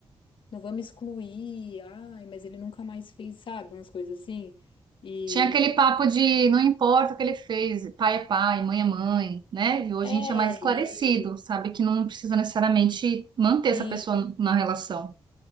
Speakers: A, on the left; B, on the right.
A: Não vamos excluir, ai, mas ele nunca mais fez, sabe? Umas coisas assim. E,
B: Tinha aquele papo de não importa o que ele fez, pai é pai, mãe é mãe, né? E hoje
A: é,
B: a gente é mais esclarecido,
A: e,
B: sabe que não precisa necessariamente manter essa
A: sim.
B: pessoa na relação.